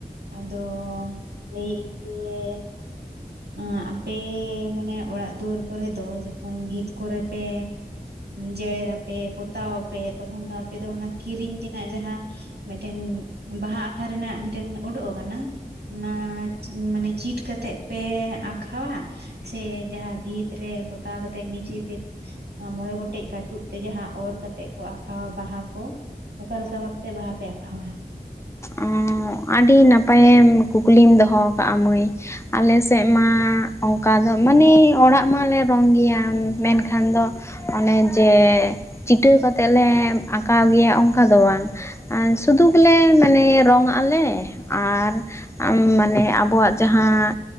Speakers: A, on the right; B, on the left.
A: ᱟᱫᱚ ᱞᱟᱹᱭ ᱮᱼᱤᱧ ᱡᱮ <unintelligible> ᱟᱯᱮ ᱢᱟᱱᱮ ᱚᱲᱟᱜ ᱫᱩᱣᱟᱹᱨ ᱠᱚᱨᱮ ᱫᱚ ᱡᱚᱠᱷᱚᱱ ᱵᱷᱤᱛ ᱠᱚᱨᱮ ᱯᱮ ᱡᱮᱲᱮᱨ ᱟᱯᱮ ᱯᱚᱛᱟᱣ ᱟᱯᱮ ᱛᱚᱠᱷᱚᱱ ᱫᱚ ᱟᱯᱮ ᱫᱚ ᱚᱱᱟ ᱠᱤᱨᱤᱧ ᱛᱮᱱᱟᱜ ᱡᱟᱦᱟᱸ ᱢᱮᱴᱮᱝ ᱵᱟᱦᱟ ᱟᱠᱷᱟᱣ ᱨᱮᱱᱟᱜ ᱢᱤᱫᱴᱮᱱ ᱳᱰᱳᱜ ᱟᱠᱟᱱᱟ ᱾ ᱚᱱᱟ ᱢᱟᱱᱮ ᱪᱤᱴ ᱠᱟᱛᱮᱜ ᱯᱮ ᱟᱸᱠᱷᱟᱣᱟ ᱥᱮ ᱡᱟᱦᱟᱸ ᱵᱷᱤᱛ ᱨᱮ ᱯᱚᱛᱟᱣ ᱠᱟᱛᱮ ᱱᱤᱡᱮ ᱛᱮ ᱾ ᱢᱚᱬᱮ ᱜᱚᱴᱮᱡ ᱠᱟᱹᱴᱩᱵ ᱛᱮᱜᱤᱦᱟᱜ ᱚᱨ ᱠᱟᱛᱮᱜ ᱠᱚ ᱟᱸᱠᱷᱟᱣᱟ ᱵᱟᱦᱟ ᱠᱚ ᱾ ᱚᱠᱟ ᱞᱮᱠᱟ ᱵᱷᱟᱵ ᱛᱮ ᱵᱟᱦᱟ ᱯᱮ ᱟᱸᱠᱷᱟᱣᱟ?
B: ᱟᱸᱻᱜ ᱾ ᱟᱹᱰᱤ ᱱᱟᱯᱟᱭᱮᱢ ᱠᱩᱠᱞᱤᱢ ᱫᱚᱦᱚ ᱟᱠᱟᱜᱼᱟ ᱢᱟᱹᱭ ᱟᱞᱮ ᱥᱮᱜ ᱢᱟ ᱚᱱᱠᱟ ᱫᱚ ᱢᱟᱱᱮ ᱚᱲᱟᱜ ᱢᱟᱞᱮ ᱨᱚᱝ ᱜᱮᱭᱟ ᱢᱮᱱᱠᱷᱟᱱ ᱫᱚ ᱚᱱᱮ ᱡᱮ ᱪᱤᱴᱟᱹᱣ ᱠᱟᱛᱮᱜ ᱞᱮ ᱟᱸᱠᱟᱣ ᱜᱮᱭᱟ ᱚᱱᱠᱟ ᱫᱚ ᱵᱟᱝ ᱾ ᱟᱸ ᱥᱩᱫᱷᱩ ᱜᱮᱞᱮ ᱢᱟᱱᱮ ᱨᱚᱝ ᱟᱞᱮ ᱟᱨ ᱢᱟᱱᱮ ᱟᱵᱚᱣᱟᱜ ᱡᱟᱦᱟᱸ